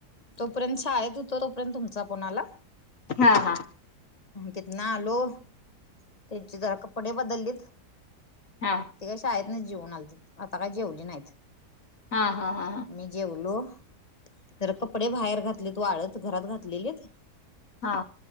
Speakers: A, on the left (about 25°); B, on the left (about 55°).
A: तोपर्यंत शाळेत होतो तोपर्यंत तुमचा कोणाला
B: हा हा
A: तिथ ना आलो त्यांचे जरा कपडे बदललीत
B: हा
A: ती काही शाळेत नाही जेवन आली आता काय जेवली नाहीत
B: हा हा हा हा
A: मी जेवलो जर कपडे बाहेर घातलेत वाढत घरात घातलेले
B: हा